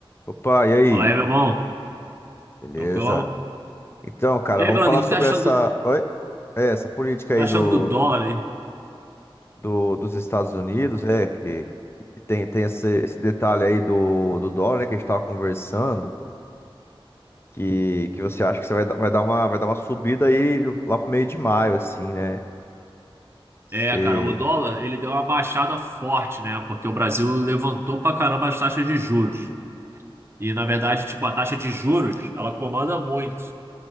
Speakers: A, on the left (about 25°); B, on the right (about 25°).
A: Opa, e aí?
B: Fala aí, meu bom.
A: Beleza?
B: Tranquilão?
A: Então, cara,
B: E aí,
A: vamos
B: brother,
A: falar
B: o que
A: sobre
B: que tá achando
A: essa,
B: do,
A: oi? É, essa política aí
B: tá achando
A: do,
B: do dólar aí?
A: do- dos Estados Unidos, é, que tem, tem esse, esse detalhe aí do, do dólar, né, que a gente estava conversando, que, que você acha que você vai, dar- vai dar uma, vai dar uma subida aí lá pro meio de maio, assim, né? Você...
B: É, cara, o dólar, ele deu uma baixada forte, né? Porque o Brasil levantou pra caramba as taxas de juros. E, na verdade, tipo, a taxa de juros, ela comanda muito.